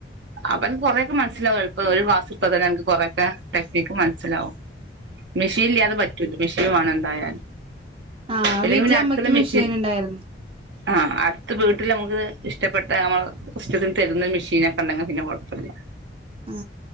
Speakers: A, on the right; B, on the right.
A: അപ്പൻക്ക് കൊറേക്കെ മൻസിലാവും എള്പ്പം ഒരു മാസട്‌ത്താതന്നെ അൻക്ക് കാെറെക്കെ ടെക്നിക്ക് മനസ്സിലാവും മിഷീൻ ഇല്ലാതെ പറ്റൂല്ല മിഷീൻ വേണം എന്തായാലും
B: ആഹ്
A: ഇല്ലെങ്കിൽ
B: വീട്ടിലമ്മയ്ക്ക്
A: പിന്നെ അടുത്തുള്ള
B: മിഷീന്ണ്ടായിരുന്നു
A: മെഷീൻ ആഹ് അട്ത്ത് വീട്ടില് ഞമ്മ്ക്ക് ഇഷ് ട്ടപ്പെട്ട നമ്മള് ഇഷ്റ്റത്തിന് തര്ന്ന മിഷീനൊക്കെ ഇണ്ടെങ്ക പിന്നെ കാെഴപ്പല്ല
B: ആ